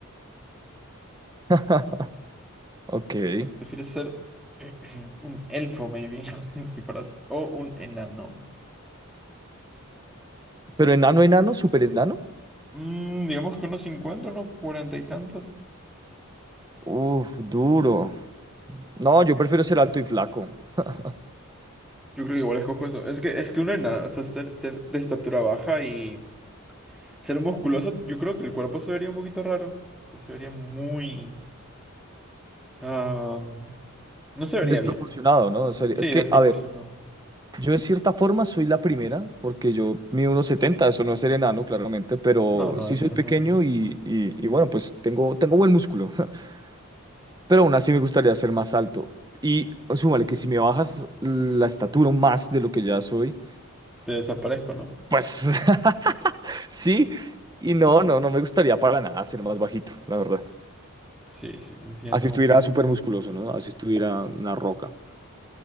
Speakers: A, on the right; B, in the centre.
A: <laughs> Ok.
B: ¿Prefieres ser <clears throat> un elfo, maybe? <laughs> si fueras, o un enano.
A: Pero enano, enano, súper enano.
B: Mm, digamos que unos cincuenta unos cuarenta y tantos.
A: Uf, duro. No, yo prefiero ser alto y flaco. <laughs>
B: Yo creo que igual escojo eso. Es que, es que uno enano, o sea, ser, ser de estatura baja y ser musculoso, yo creo que el cuerpo se vería un poquito raro. O sea, se vería muy... Ah, no se vería
A: Desproporcionado,
B: bien.
A: ¿no? O sea, es
B: Sí,
A: que,
B: desproporcionado.
A: a ver, yo de cierta forma soy la primera, porque yo mido unos 70, eso no es ser enano, claramente, pero
B: No, no,
A: sí
B: eso
A: soy
B: no
A: pequeño
B: es normal.
A: y, y- y bueno, pues tengo, tengo buen músculo, <laughs> pero aún así me gustaría ser más alto. Y súmale que si me bajas la estatura más de lo que ya soy,
B: Te desaparezco, ¿no?
A: pues <laughs> sí, y no, no, no me gustaría para nada ser más bajito, la verdad.
B: Sí, sí, te entiendo
A: Así estuviera
B: completamente.
A: súper musculoso, ¿no? Así estuviera una roca.